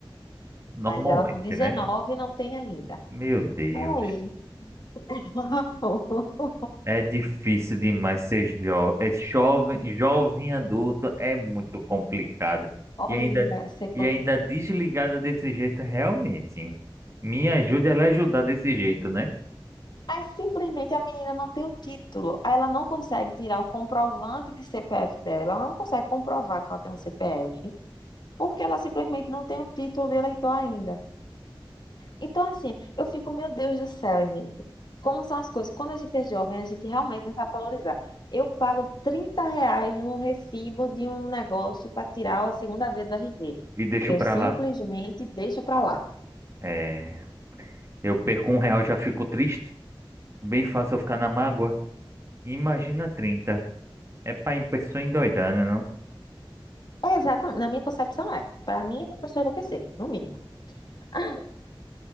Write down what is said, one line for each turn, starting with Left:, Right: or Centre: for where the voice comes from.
Right: Normalmente,
Left: mas ela com 19
Right: né?
Left: não tem ainda.
Right: Meu Deus.
Left: Aí, <laughs>
Right: É difícil demais ser jo é jovem. Jovem adulto é muito complicado.
Left: olha,
Right: E ainda,
Left: você conta.
Right: e ainda desligado desse jeito, realmente. Me ajude a lhe ajudar desse jeito, né?
Left: Aí simplesmente a menina não tem o título, aí ela não consegue tirar o comprovante de CPF dela, ela não consegue comprovar que ela tem um CPF, porque ela simplesmente não tem o título de eleitor ainda. Então, assim, eu fico, meu Deus do céu, gente. Como são as coisas? Quando a gente é jovem, a gente realmente não sabe valorizar. Eu pago 30 reais num recibo de um negócio para tirar a segunda via do RG.
Right: E deixo
Left: Eu
Right: pra
Left: simplesmente
Right: lá.
Left: deixo para lá.
Right: É, eu perco um real, já fico triste. Bem fácil eu ficar na mágoa. Imagina 30, É pra pessoa endoidar, né?
Left: É exatamente, na minha concepção é. Para mim é para pessoa enlouquecer, no mínimo. <laughs>